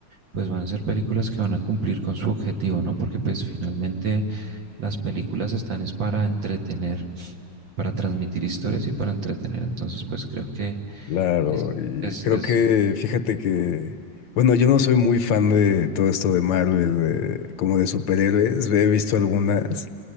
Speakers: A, on the right; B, on the left.
A: pues van a ser películas que van a cumplir con su objetivo, ¿no? Porque pues finalmente las películas están es para entretener, para transmitir historias y para entretener. Entonces, pues creo que
B: claro.
A: es,
B: Y
A: es,
B: creo
A: es,
B: que, fíjate que, bueno, yo no soy muy fan de todo esto de Marvel, de- como de superhéroes. He visto algunas.